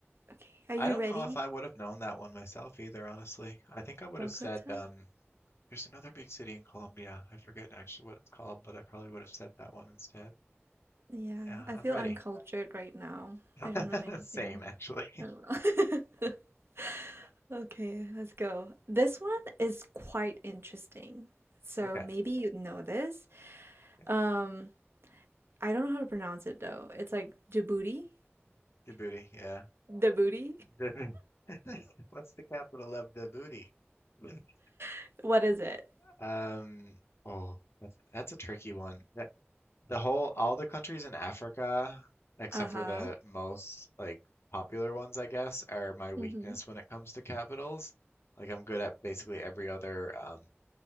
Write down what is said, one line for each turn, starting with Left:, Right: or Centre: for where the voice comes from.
Right: Okay, are
Left: I
Right: you
Left: don't
Right: ready?
Left: know if I would have known that one myself either, honestly. I think I would
Right: Bogota?
Left: have said, um, there's another big city in Colombia. I forget actually what it's called, but I probably would have said that one instead.
Right: Yeah,
Left: Yeah,
Right: I
Left: I'm
Right: feel
Left: ready.
Right: uncultured right now.
Left: <laughs>
Right: I don't know anything.
Left: Same, actually. <laughs>
Right: I don't know. <laughs> Okay, let's go. This one is quite interesting. So
Left: Okay.
Right: maybe you know this.
Left: Yeah.
Right: Um, I don't know how to pronounce it though. It's like Djibouti?
Left: Djibouti, yeah.
Right: Djibouti.
Left: Djibouti. <laughs> What's the capital of Djibouti? <laughs>
Right: <laughs> What is it?
Left: Um, oh, that's that's a tricky one. The whole, all the countries in Africa, except
Right: Uh-huh.
Left: for the most like popular ones, I guess, are my weakness
Right: hmm
Left: when it comes to capitals. Like I'm good at basically every other um,